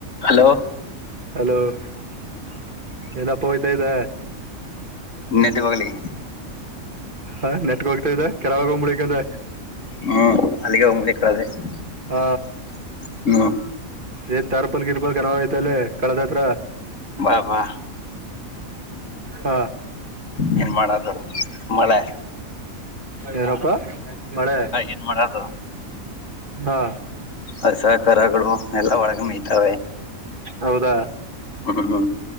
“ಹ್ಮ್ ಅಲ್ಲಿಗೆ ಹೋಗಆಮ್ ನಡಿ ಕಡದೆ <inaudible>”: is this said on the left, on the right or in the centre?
Left